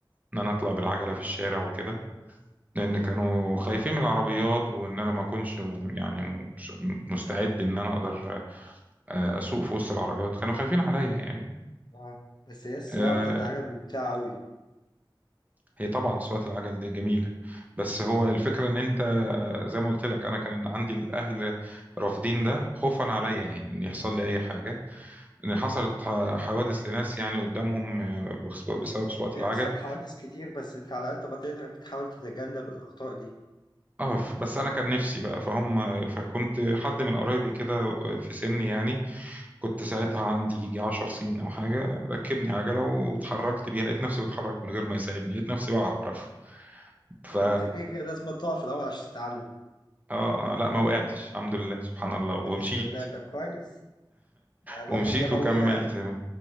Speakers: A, on the right (about 20°); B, on the left (about 55°).
A: ان انا اطلع بالعجلة في الشارع وكده لان كانوا
B: اه
A: خايفين من العربيات وان انا ما اكونش يعني مش- مستعد ان انا اقدر آه، اسوق في وسط العربيات كانوا خايفين عليا يعني
B: آه. بس هي السواقة
A: آه،
B: بتاعت العجل ممتعة قوي
A: هي طبعا أصوات العجل دي جميلة بس هو الفكرة إن أنت آه، زي ما قلت لك أنا كان عندي الأهل رافضين ده خوفا عليا يعني إن يحصل لي أي حاجة إن حصلت ح- حوادث لناس يعني قدامهم آه، بخص- بسبب سواقة
B: بيحصل
A: العجل
B: حوادث كتير بس انت على قد ما تقدر بتحاول تتجنب الأخطاء دي
A: أه ف- بس أنا كان نفسي بقى فهم فكنت حد من قرايبي كده آه، في سني يعني كنت ساعتها عندي يجي 10 سنين أو حاجة ركبني عجلة واتحركت بيها لقيت نفسي بتحرك من غير ما يساعدني لقيت نفسي بعرف ف
B: هو انت كده كده لازم تقع في الأول عشان تتعلم
A: اه اه لا ما وقعتش الحمد لله سبحان الله ومشيت
B: الحمد لله طب كويس ده الواحد
A: ومشيت
B: ياما
A: وكملت
B: وقع